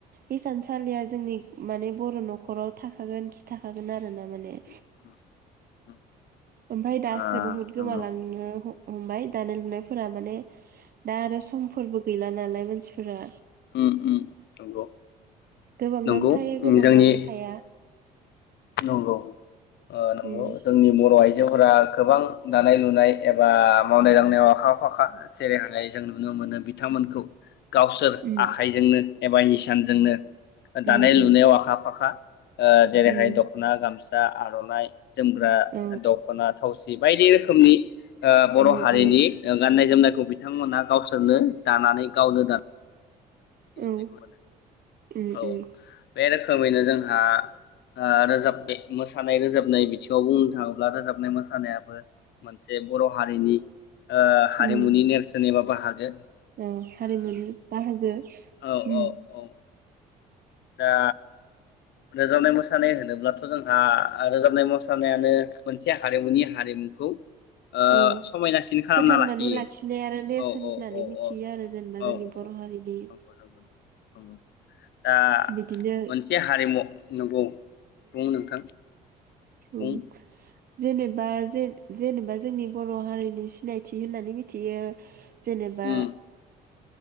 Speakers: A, on the right (about 50°); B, on the left (about 60°).
A: हिसानसालिया जोंनि माने बर' न'खराव थाखागोन खि थाखागोन आरोना माने
B: <inaudible>
A: ओमफाय दासो
B: आ
A: बहुत गोमालांनो
B: नंगौ
A: हमबाय दानाय लुनाय फोरा माने दा आरो सम फोरबो गैला नालाय मानसिफोरा
B: उम उम नंगौ।
A: गोबांनावनो
B: नंगौ
A: थायो गोबांनावनो
B: जोंनि
A: थाया
B: नंगौ। ओ नंगौ
A: उम
B: जोंनि बर' आइजोफोरा गोबां दानाय लुनाय एब बा मावनाय दांनायाव आखा फाखा जेरै जों नुनो मोनो बिथांमोनखौ गावसोर
A: उम
B: आखाइजोंनो एबा हिसानजोंनो
A: उम
B: दानाय
A: उम
B: लुनायाव आखा फाखा ओ जेरैहाय
A: उम
B: दख'ना गामसा आर'नाइ जोमग्रा
A: औ
B: दख'ना थावसि बायदि रोखोमनि ओ बर'
A: उम उम
B: हारिनि
A: उम
B: गाननाय जोमनायखौ बिथांमोनहा गावसोरनो दानानै गावनो गानो नायखौ
A: औ
B: नुनो मोनो
A: उम
B: औ
A: उम
B: बे रोखोमैनो जोंहा ओ रोजाबनि मोसानाय रोजाबनाय बिथिङाव बुंनो थाङोब्ला रोजाबनाय मोसानायाबो मोनसे बर' हारिनि ओ हारिमुनि
A: उम
B: नेरसोन एबा बाहागो
A: औ हारिमुनि बाहागो
B: औ-औ
A: उम
B: दा रोजाबनाय मोसानाय होनोब्लाथ' जोंहा रोजाबनाय मोसानायानो मोनसे हारिमुनि हारिमुखौ ओ
A: औ
B: समायनासिन खालामना
A: फोथांनानै
B: लाखियो
A: लाखिनाय आरो नेरसोन
B: औ
A: होननानै
B: औ औ
A: मिथियो
B: औ
A: आरो जेनेबा
B: औ
A: जोंनि बर' हारिनि
B: नंगौ नंगौ नंगौ दा
A: बिदिनो
B: मोनसे हारिमु नंगौ बुं नोंथां बुं
A: ओम जेनेबा जे जेनेबा जोंनि बर' हारिनि सिनायथि होननानै मिथियो जेनेबा
B: उम